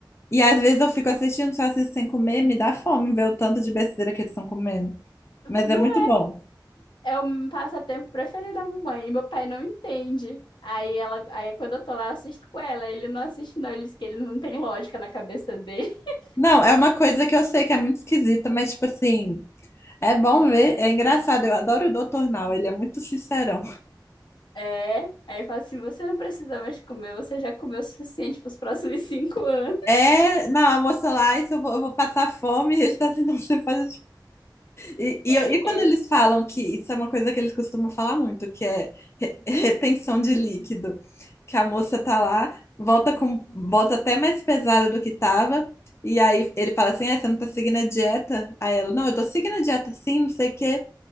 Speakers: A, on the left; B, on the left.
A: E às vezes eu fico assistindo, só assisto sem comer, me dá fome ver o tanto de besteira que eles estão comendo.
B: No
A: Mas é muito bom.
B: É o meu passatempo preferido da mamãe. E meu pai não entende. Aí ela, aí quando eu tô lá, eu assisto com ela. Ele não assiste, não. Ele diz que ele não tem lógica na cabeça dele. <laughs>
A: Não, é uma coisa que eu sei que é muito esquisita, mas tipo assim, é bom ver, é engraçado. Eu adoro o doutor Now, ele é muito sincerão.
B: É. Aí eu falo assim: você não precisa mais comer, você já comeu o suficiente pros próximos cinco anos.
A: É, não, a moça lá, isso eu vou, eu vou passar fome, <laughs> ele está assim, não, você faz E, e,
B: <laughs>
A: e quando
B: Ele,
A: eles falam que isso é uma coisa que eles costumam falar muito, que é re- retenção de líquido, que a moça tá lá, volta com bota até mais pesada do que tava, e aí ele fala assim: "Ah, você não tá seguindo a dieta? Aí ela, não, eu tô seguindo a dieta sim, não sei o quê.